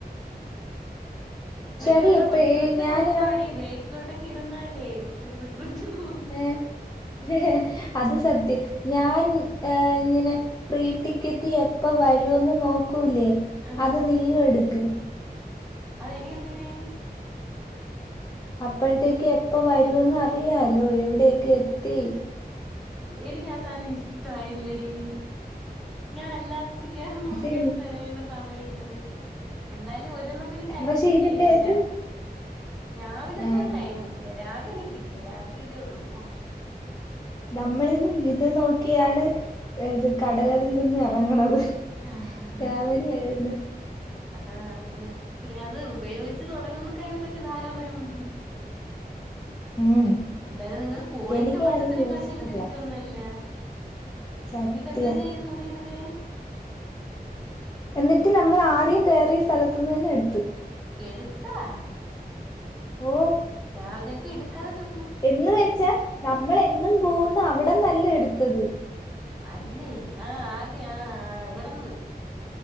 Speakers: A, in the centre; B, on the left (about 25°).
A: പക്ഷെ
B: അത്
A: ഒരു
B: എപ്പ
A: റിഗ്രറ്റ്
B: ഞാൻ
A: തോന്നോടി
B: ആ
A: ബേക്കിലോട്ടൊക്കെ ഇരുന്നാലേ ഒരു റിഗ്രറ്റ് തോ
B: ഏഹ് അത് സത്യം ഞാൻ ഏഹ് ഇങ്ങനെ ഫ്രീ ടിക്കറ്റ് എപ്പ വരുവന്നു നോക്കൂലേ
A: ആഹ്
B: അത് നീയും എടുക്ക്.
A: അത് ഇനി എന്തിന്
B: അപ്പഴത്തേക്ക് എപ്പ വരൂന്ന് അറിയാലോ എവിടെയൊക്കെ എത്തി
A: എനിക്ക് ആസാനം ഇഷ്ടയില്ലടീ ഞാ അല്ലാ ഇത് കേറി നോക്കിയാണ്
B: പക്ഷെ
A: ചെയ്യണ സമയങ്ങള് എന്തയാലും ഒരെണ്ണം തന്ന് ടൈം
B: പക്ഷെ
A: കിട്ടിയില്ലരാ
B: ഇതിന്റെകത്ത്
A: രാവിലത്ത
B: ആഹ്
A: ടൈം ഇല്ല രാവിലെനിക്കില്ല രാവിലെ ഇതേ ഒള്ളൂ ഓപ്
B: നമ്മളിന്ന് ഇത് നോക്കിയാണ് ഏത് കടകളിൽ നിന്ന് എറങ്ങണത്.
A: ആഹ്
B: കോമഡി ആയിര്ന്ന്
A: ആഹ് അതിനെപ്പറ്റി അത് ഉപയോഗിച്ച് തുടങ്ങുമ്പക്കെയിനെപ്പറ്റി ധാരാണയുണ്ട് <inaudible>
B: ഉം
A: എന്തായലും നിങ്ങള് പോയിട്ട്
B: എനിക്ക്
A: മണ്ടത്തരം
B: അത് യൂസ്ഫുള്ളാ
A: കാണിച്ചിട്ട് തിരിച്ചുവന്നലോ
B: സത്യം
A: ഇനിപ്പ എന്തോ ചെയ്യും തുണിഎടുക്കാൻ
B: എന്നിട്ട് നമ്മള് ആദ്യം കേറിയ സ്ഥലത്ത്ന്നന്നെ എടുത്ത്
A: എടുത്താ
B: ഓ
A: ഞാ വിചാരിച്ച് എടുക്കാണ ചു
B: എന്ന് വെച്ച നമ്മളെന്നും പോവുന്ന അവിടന്നല്ല എട്ത്തത്
A: അല്ലേ ആഹ് ആദ്യ ആഹ് ഇവിടന്ന്